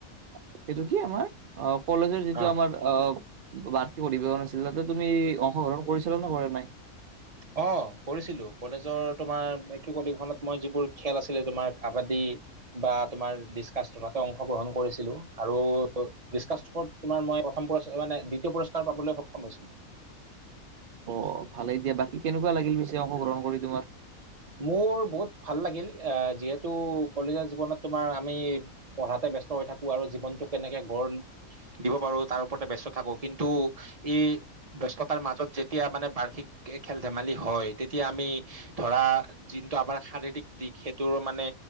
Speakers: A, on the right; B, on the right.
A: সেইটো কি আমাৰ অ', কলেজৰ যিটো
B: অ
A: আমাৰ অ', বাৰ্ষিক অধিৱেশন আছিল, তাতে তুমি অংশগ্ৰহণ কৰিছিলা নে কৰা নাই?
B: অ', কৰিছিলো, কলেজৰ তোমাৰ বাৰ্ষিক অধিবেশনত মই যিবোৰ খেল আছিলে তোমাৰ কাবাডী বা তোমাৰ ডিচকাচ থ্ৰত অংশগ্ৰহণ কৰিছিলো, আৰু টো ডিচকাছত থ্ৰত তোমাৰ মই প্ৰথম পুৰস্কাৰ মানে দ্বিতীয় পুৰস্কাৰ পাবলৈ সক্ষম হৈছিলো।
A: অ', ভালেই দিয়া, বাকী কেনেকুৱা লাগিল পিছে অংশগ্ৰহণ কৰি তোমাৰ?
B: মোৰ বহুত ভাল লাগিল, আহ যিহেতু কলেজৰ জীৱনত তোমাৰ আমি পঢ়াতে ব্যস্ত হৈ থাকো আৰু জীৱনটো কেনেকে গঢ় দিব পাৰো তাৰ ওপৰতে ব্যস্ত থাকো, কিন্তু ই ব্যস্ততাৰ মাজত যেতিয়া মানে বাৰ্ষিক খেল ধেমালি হয়, তেতিয়া আমি ধৰা যিটো আমাৰ শাৰীৰিক দিশ সেইটোৰ মানে